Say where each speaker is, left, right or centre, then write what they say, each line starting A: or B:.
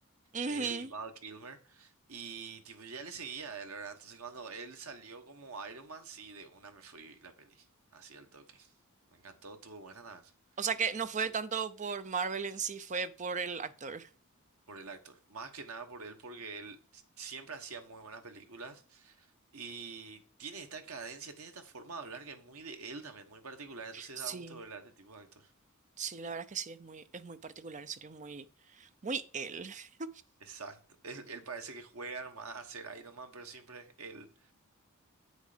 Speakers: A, on the right; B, on the right.
A: Ujú.
B: él y Val Kilmer. Y tipo, yo ya le seguía a él, ¿verdad? Entonces cuando él salió como Iron Man, sí, de una me fui la peli. Así al toque. Me encantó, estuvo buena también.
A: O sea que no fue
B: Sí.
A: tanto por Marvel en sí, fue por el actor.
B: Por el actor. Más que nada por él, porque él siempre hacía muy buenas películas. Y tiene esta cadencia, tiene esta forma de hablar que es muy de él también, muy particular. Entonces
A: Sí,
B: da gusto verle a este tipo de actor.
A: sí, la verdad que sí, es muy, es muy particular, en serio, es muy, muy él. <laughs>
B: Exacto. Él, él parece que juega nomás a ser Iron Man, pero siempre es él.